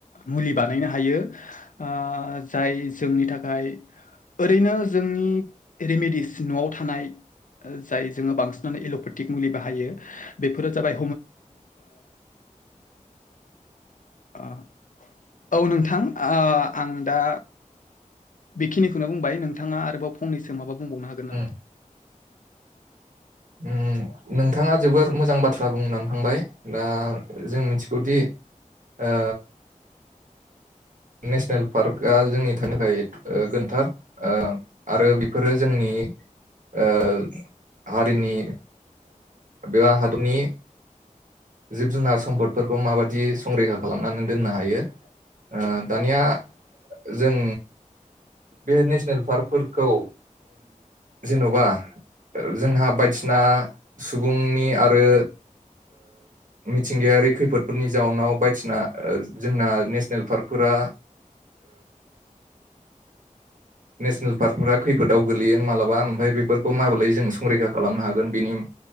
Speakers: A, on the left; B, on the right.
A: मुलि बानायनो हायो ओ जाय जो जोंनि थाखाय ओरैनो जोंनि रेमेडिस न'आव थानाय जाय जोङो बांसिनानो एल'पेटिक मुलि बाहायो बेफोरो जाबाय <unintelligible> औ नोंथां आं दा बेखिनिखौनो बुंबाय नोंथाङा आरोबाव फंनैसो माबा बुंबावनो हागोन
B: उम
A: नामा
B: उम नोंथाङा जोबोर मोजां बाथ्रा बुंनानै थांबाय दा जों मिथिगौदि ओ नेसनेल पार्कआ जोंनि था थाखाय गोनांथार आरो बेफोरो जोंनि <unintelligible> हारिनि बेबा हादरनि जिब जुनार सम्पदफोरखौ माबायदि संरैखा खालामनानै दोननो हायो। दानिया जों बे नेसनेल पार्कफोरखौ जेन'बा जोंहा बायदिसिना सुबुंनि आरो। मिथिंगायारि खैफोदफोरनि जाउनाव बायदिसिना जोंना ने नेसनेल पार्कफोरा
A: <inaudible>
B: नेसनेल पार्कफोरा् खैफोदाव गोग्लैयो मालाबा ओमफ्राय बेफोरखौ माबोरै जों संरैखा खालामनो हागोन बिनि